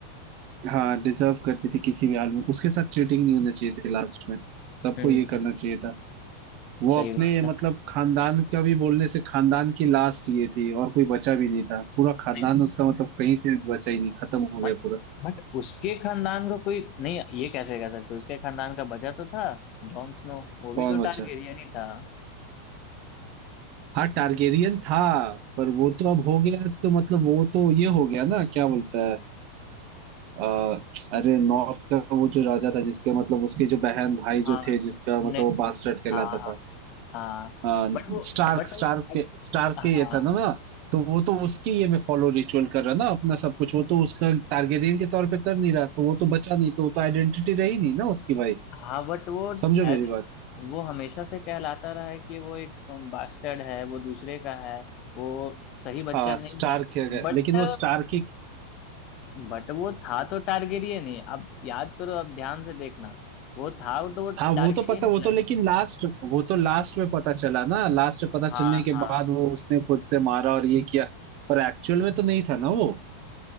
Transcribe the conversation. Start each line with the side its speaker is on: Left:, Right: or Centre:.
Right: हाँ डिजर्व करती थी किसी भी हाल में उसके साथ चीटिंग नहीं होना चाहिए थी लास्ट में सबको
Left: हम्म
Right: ये करना चाहिए था वो
Left: सही
Right: अपने
Left: बात है
Right: मतलब खानदान का भी बोलने से खानदान की लास्ट ये थी और कोई बचा भी नहीं था पूरा खानदान
Left: नहीं
Right: उसका मतलब कहीं से भी बचा ही नहीं खत्म हो गया
Left: बट
Right: पूरा
Left: बट उसके खानदान को कोई नहीं ये कैसे कह सकते उसके खानदान का बचा तो था जॉन स्नो वो भी
Right: कौन
Left: तो
Right: बचा
Left: टारगेरियन ही था
Right: हाँ टारगेरियन था पर वो तो अब हो गया तो मतलब वो तो ये हो गया ना क्या बोलता है अ, अरे नॉर्थ का वो जो राजा था जिसके मतलब उसके जो बहन भाई
Left: हाँ
Right: जो थे जिसका
Left: नेक्स्ट
Right: मतलब वो बास्टर्ड कहलाता
Left: हाँ
Right: था
Left: हाँ
Right: आ,
Left: बट वो
Right: स्टार्क
Left: बट
Right: स्टार्क
Left: वो
Right: के स्टार्क
Left: हाँ
Right: के ये था ना ना तो वो तो उसकी ये में फॉलो रिचुअल कर रहा ना अपना सब कुछ वो तो उसका टारगेरियन के तौर पे कर नहीं रहा तो वो तो बचा नहीं तो वो तो आइडेंटिटी रही नहीं ना उसकी भाई
Left: हाँ बट वो
Right: समझो मेरी
Left: एज
Right: बात
Left: वो हमेशा से कहलाता रहा है कि वो एक बास्टर्ड है वो दूसरे का है वो सही बच्चा
Right: हाँ
Left: नहीं
Right: स्टार्क
Left: है
Right: है
Left: बट
Right: लेकिन वो स्टार्क ही
Left: बट वो था तो टारगेरियन ही आप याद करो आप ध्यान से देखना वो था तो वो टारगेरियन
Right: हाँ वो तो पता वो
Left: ब्लड
Right: तो लेकिन लास्ट वो तो लास्ट में पता चला ना लास्ट में पता
Left: हाँ
Right: चलने के
Left: हाँ
Right: बाद वो उसने खुद से मारा और ये किया पर एक्चुअल में तो नहीं था ना वो